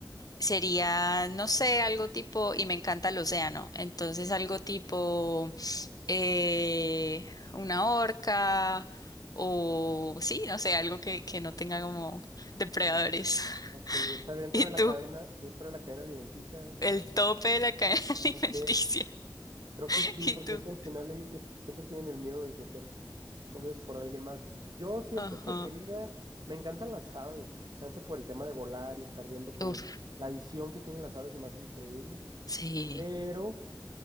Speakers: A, on the left; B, on the right.
A: Sería, no sé, algo tipo, y me encanta el océano, entonces algo tipo eh, una orca o sí, no sé, algo que, que no tenga como depredadores.
B: Ok, o
A: <laughs>
B: sea, dentro
A: ¿Y
B: de la
A: tú?
B: cadena, dentro de la cadena alimenticia, ya.
A: El
B: ya.
A: tope de la cadena <laughs> alimenticia.
B: Ok, creo
A: <laughs>
B: que sí,
A: ¿Y
B: porque
A: tú?
B: eso al final ellos siem- siempre tienen el miedo de, de ser comidos por alguien más. Yo siento
A: Ajá.
B: que sería, me encantan las aves, chance por el tema de volar y estar viendo como
A: Uf,
B: la visión que tienen las aves es más increíble,
A: sí.
B: pero